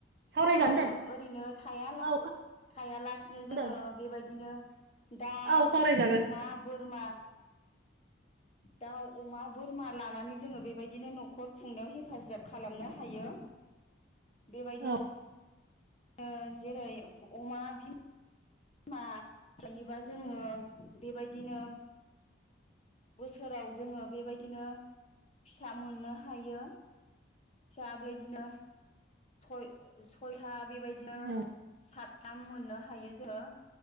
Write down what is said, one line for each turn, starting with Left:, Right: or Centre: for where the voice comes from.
Right: सावरायजागोन
Left: औ
Right: दे
Left: ओरैनो थायाला-थायालासिनो
Right: औ खोनादों
Left: जोङो बेबायदिनो दाउ,
Right: औ सावरायजागोन
Left: अमा, बोरमा दाउ अमा बोरमा लानानै जोङो बेबायदिनो न'खर खुंनायाव हेफाजाब खालामनो हायो। बेबायदिनो
Right: औ
Left: ओ जेरै अमा बिम मा लायोबा जोङो बेबायदिनो बोसोराव जोङो बेबायदिनो फिसा मोननो हायो फिसा <unintelligible> सय-सयथा बि बायदिनो
Right: औ
Left: सात थाम मोननो हायो जोङो